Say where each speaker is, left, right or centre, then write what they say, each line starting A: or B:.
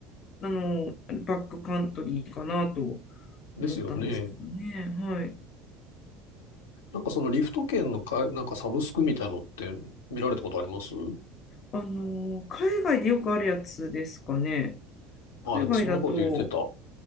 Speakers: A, on the left; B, on the left.
A: あの、バックカントリーかなと
B: ですよね。
A: 思ったんですけどね。はい。
B: なんかそのリフト券のか、なんかサブスクみたいのって見られたことあります
A: あの、海外でよくあるやつですかね。
B: ああ、
A: 海外だと、
B: でもそんなこと言ってた。